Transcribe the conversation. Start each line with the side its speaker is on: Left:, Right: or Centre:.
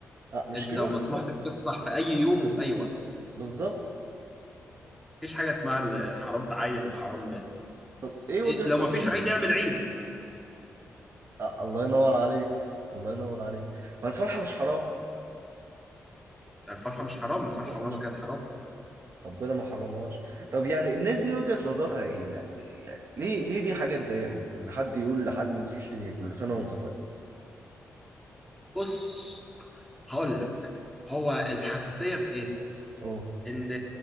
Right: لا مش
Centre: انت
Right: كده
Centre: مسموح
Right: بالظبط
Centre: لك تفرح في اي يوم وفي اي وقت
Right: بالظبط
Centre: مفيش حاجة اسمها ال- حرام تعيد وحرام
Right: طب ايه وجهة
Centre: إيه، لو
Right: نظرهم
Centre: مفيش عيد اعمل عيد
Right: أ- الله ينور عليك الله ينور عليك ما الفرحة مش حرام
Centre: الفرحة مش حرام الفرحة
Right: الفرحة
Centre: عمرها
Right: مش
Centre: ما كانت
Right: حرام
Centre: حرام
Right: ربنا ما حرمهاش طب يعني الناس دي وجهة نظرها ايه يعني, ب... يعني ليه ليه دي حاجة تضايقهم ان حد يقول لحد مسيحي كل سنة وانت طيب
Centre: بص هقول لك هو الحساسية في ايه
Right: اه
Centre: ان